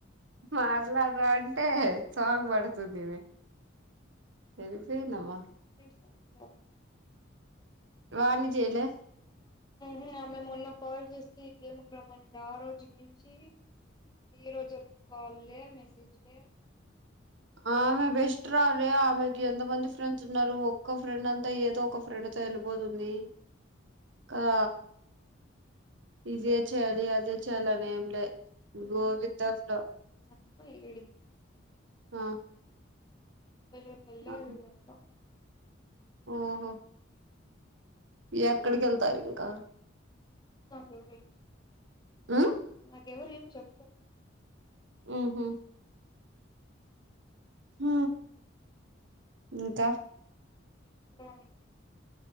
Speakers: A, on the right (about 70°); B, on the left (about 20°).
A: మాట్లాడ్ర అంటే సాంగ్ బడుతుంది ఈమే ఎల్లిపోయినావ
B: సమాచారం
A: వానిజేయలే
B: మ్ హు అమే మొన్న కాల్ చేసి గేమ్ కి రమ్మనింది ఆ రోజు నుంచి ఈ రోజు వరకు కాల్ లే మెసేజ్ లే
A: ఆమే బేస్ ట్ర అరె ఆమెకి ఎంతమంది ఫ్రెండ్స్ ఉన్నారు ఒక్క ఫ్రెండ్ అంతా ఏదో ఒక ఫ్రెండ్ సరిపోతుంది కద ఇదిే చేయాలి అదే చెయాలి అని ఏం లే గో విత్ ద ఫ్లో
B: ప్ ఇడికి
A: ఆ
B: వీళ్ళు వెళ్ళారు
A: ఆ
B: విళ్ళంత
A: ఓహో ఎక్కడికి వెళ్తారు ఇంకా
B: నాకెవరు ఏం చెప్పలే
A: ఉ
B: నాకెవరు ఏం చెప్పలే
A: మ్ హు హ ఇంకా
B: చెప్పు రా ఇంకా